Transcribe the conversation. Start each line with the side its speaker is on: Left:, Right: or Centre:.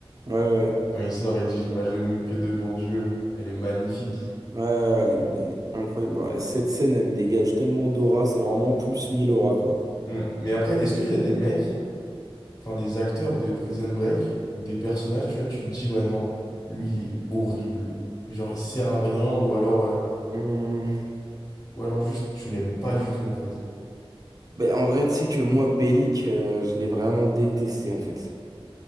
Right: ouais, ouais.
Left: Quand il sort, il dit, Je m'agenouille que devant Dieu. Elle est magnifique.
Right: Ouais, ouais, ouais, elle est, elle est incroyable. Bon, Cette scène, elle dégage tellement d'aura, c'est vraiment plus 1000 aura, quoi.
Left: Hmm. Mais après, est-ce qu'il y a des mecs, enfin des acteurs de Prison Break ou des personnages, tu vois, tu te dis, ouais, non, lui, il est horrible. Genre, il sert à rien ou alors, euh,
Right: Hum,
Left: ou alors juste, tu l'aimes pas du tout, en fait.
Right: ben, en vrai, tu sais que moi, Bellic, euh, je l'ai vraiment détesté, en fait.